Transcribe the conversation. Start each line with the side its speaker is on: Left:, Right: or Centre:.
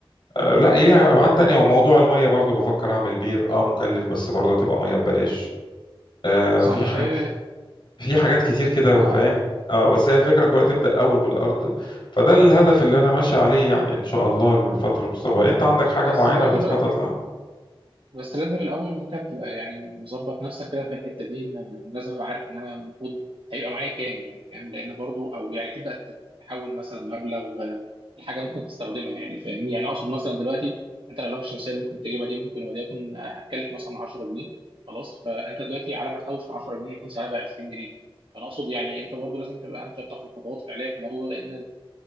Left: أه لا ايه ابعاد تانية وموضوع الميه برضو بفكر اعمل بير اه مكلف بس برضه هتبقى ميه ببلاش أه
Right: صح
Left: في ح...
Right: هي
Left: في حاجات كتير كده
Right: آه،
Left: فاهم اه بس هي الفكره كلها تبدا اول بالارض فده الهدف اللي انا ماشي عليه يعني ان شاء الله الفتره المستقبليه انت عندك حاجه
Right: بس
Left: معينه
Right: برضه
Left: بتخطط لها
Right: بس لازم الاول انت بتبقى يعني مظبط نفسك كده في الحته دي ان لازم ابقى عارف ان انا المفروض هيبقى معايا كام يعني فاهم لان برضو او يعني تبدا تحول مثلا مبلغ آه، لحاجه ممكن تستخدمها يعني فاهمني يعني اقصد مثلا دلوقتي انت اللوحه الشمسيه اللي ممكن تجيبها دي ممكن وليكن آه، هتكلف مثلا 10 جنيه خلاص فانت دلوقتي على ما تحوش ال 10 جنيه هيكون سعرها بقى 20 جنيه فانا اقصد يعني انت برضو لازم تبقى انت بتاخد خطوات فعليه في الموضوع ده لان